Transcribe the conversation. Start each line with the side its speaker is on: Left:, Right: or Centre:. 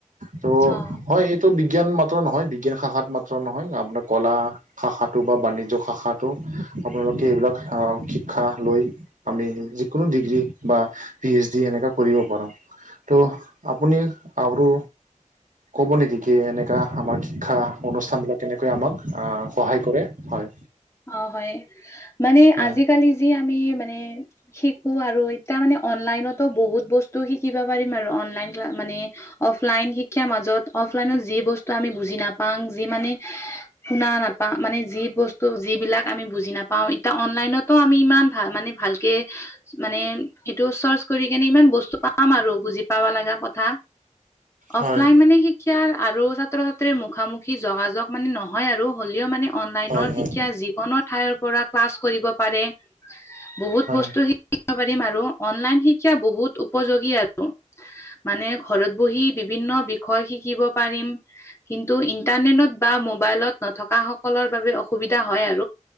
Right: ত'
Left: অ অ
Right: মই টো বিজ্ঞান মাত্ৰ নহয়, বিজ্ঞান শাখাত মাত্ৰ নহয়। আপোনাৰ কলা শাখাটো বা বাণিজ্য শাখাটো আপোনালোকে এইবিলাক অঁ, শিক্ষা লৈ আমি যিকোনো ডিগ্ৰী বা পি এইচ ডি, এনেকা কৰিব পাৰোং। ত', আপুনি আৰু ক'ব নেকি? কি এনেকা আমাৰ শিক্ষা অনুষ্ঠান বিলাকে কেনেকৈ আমাক সহায় কৰে। হয়।
Left: অ'হয়, মানে
Right: হয়
Left: আজি-কালি যি আমি মানে শিকো আৰু। এতিয়া মানে অনলাইনটো বহুত বস্তু শিকিব পাৰিম আৰু। অনলাইন টো মানে অফলাইন শিক্ষাৰ মাজত। অফলাইনত যি বস্তু আমি বুজি নাপাং। যি মানে শুনা নাপাও। মানে যি বস্তু ত' যিবিলাক আমি বুজি নাপাওঁ। এতিয়া অনলাইনটো আমি ইমান ভা মানে ভালকে মানে এইটো চাৰ্চ কৰি কিনি ইমান বস্তু পাম আৰু বুজি পাব লগা কথা।
Right: হয়
Left: অফলাইন মানে সি শিক্ষাৰ আৰু ছাত্ৰ-ছাত্ৰীৰ মুখামুখি যোগাযোগ মানে নহয় আৰু, হ'লেও মানে অনলাইনৰ
Right: হয় হয়
Left: শিক্‌ শিক্ষা যিকোনো ঠাইৰ পৰা ক্লাছ কৰিব পাৰে। বহুত বস্তু
Right: হয়
Left: শিক পাৰিম আৰু অনলাইন শিক্ষা বহুত উপযোগী আৰু মানে, ঘৰত বহি বিভিন্ন বিষয় শিকিব পাৰিম। কিন্তু ইন্টাৰনেটত বা মোবাইলত নথকা সকলৰ বাবে অসুবিধা হয় আৰু